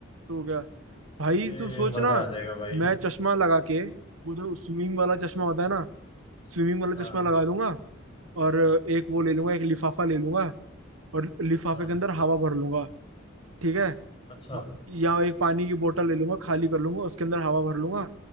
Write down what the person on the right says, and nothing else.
तो क्या भाई
तू सोच
ना
मैं चश्मा लगा के वो जो स्विमिंग वाला चश्मा होता है ना स्विमिंग वाला
चश्मा लगा लूंगा और एक वो ले लूंगा एक लिफाफा ले लूंगा और लिफाफे
के अंदर हवा भर लूंगा ठीक है
या एक पानी की बोतल ले लूंगा खाली कर लूंगा उसके अंदर हवा भर लूंगा